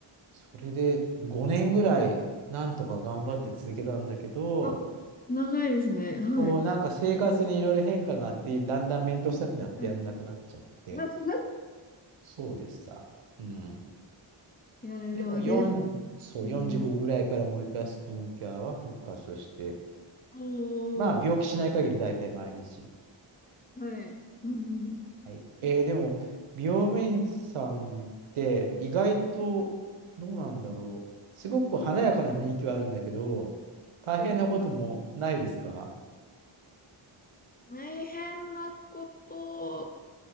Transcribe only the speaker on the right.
それで5年ぐらいなんとか頑張って続けたんだけど、
そう、なんか生活にいろいろ変化があって、だんだん面倒くさくなってやらなくなっちゃって、
そうでした。うん。
でも4、
そう、
45ぐらいからもう一回スキンケアは復活して、
まあ病気しない限り大体毎日
はい。えーでも、美容部員さんって意外とどうなんだろう。すごく華やかな雰囲気はあるんだけど、大変なこともないですか